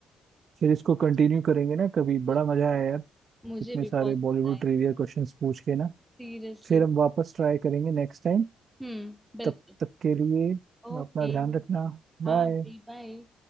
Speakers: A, on the right; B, in the centre.
A: फिर इसको कंटिन्यू करेंगे ना कभी
B: है
A: बड़ा मजा आया यार
B: मुझे
A: इतने
B: भी
A: सारे
B: बहुत
A: बॉलीवुड
B: मजा आया
A: ट्रिविया क्वेश्चंस पूछ के ना
B: सीरियसली
A: फिर हम वापस ट्राई करेंगे नेक्स्ट टाइम
B: हम्म बिल्कुल
A: तब तक के लिए
B: ओके
A: अपना ध्यान रखना
B: हाँ
A: बाय
B: बी बाय